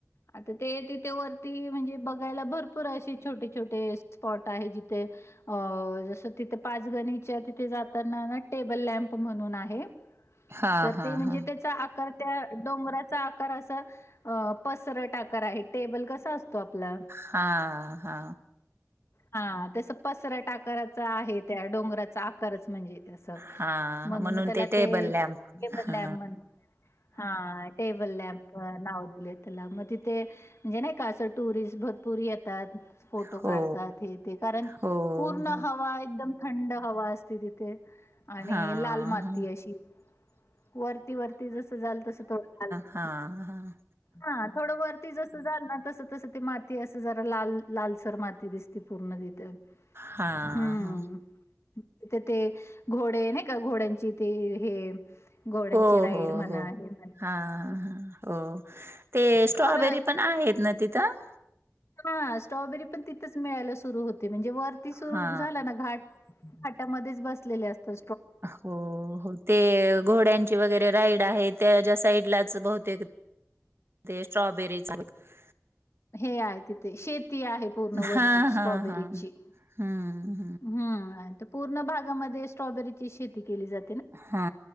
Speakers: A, on the left; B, on the right.
A: आता ते तिथे वरती म्हणजे बघायला भरपूर अशी छोटे छोटे स्पॉट आहे जिथे अ जसं तिथे पाचगणीच्या तिथे जाताना ना टेबल लॅम्प म्हणून आहे
B: हा
A: तर
B: हा
A: ते म्हणजे
B: हा
A: त्याचा आकार त्या डोंगराचा आकार असं अ पसरटा करा हे टेबल कस असतो आपला
B: हा हा
A: हा ते असं पसराटा आकाराचा आहे त्या डोंगराचा आकारच म्हणजे ते असं
B: हा
A: म्हणून मग त्याला
B: टेबल
A: ते बदल्या.
B: लॅम्प हा
A: <inaudible> हा टेबल लॅम्प. नाव दिले त्याला मग तिथे म्हणजे नाही का असं टुरिस्ट भरपूर येतात फोटो
B: हो
A: काढतात हे ते कारण
B: हो
A: पूर्ण
B: हो
A: हवा एकदम थंड हवा असते तिथे आणि
B: हा
A: लाल माती
B: हा
A: अशी वरती वरती जसं जाल तसं थोडं लाल. <inaudible>
B: हां हां.
A: हा थोडं वरती जसं जायल ना तसं तसं त माती असं जरा लाल लालसर माती दिस ते पूर्ण तिथं
B: हा
A: हम्म.
B: हा
A: तर ते घोडे नाही का घोड्यांची ते हे घोड्यांची
B: हो
A: राईड
B: हो
A: म्हणा,
B: हो
A: हे म्हणा
B: हा
A: असं
B: हा. हो ते
A: भरपूर
B: स्ट्रॉबेरी पण आहेत ना तिथं?
A: हा स्ट्रॉबेरी पण तिथंच मिळायला सुरु होते म्हणजे वरती सुरू
B: हा
A: झाला ना घाट हाटामध्येच बसलेले असतो.
B: हो हो ते घोड्यांची वगैरे राईड आहेत त्याज्या साईडलाच बहुतेक ते स्ट्रॉबेरी <unintelligible>
A: हे आहे तिथे शेती आहे पूर्णवर्ती
B: हा
A: स्ट्रॉबेरीची.
B: हा हा हम्म.
A: हम्म नाय ते पूर्ण भागामध्ये स्ट्रॉबेरीची शेती केली जा
B: हा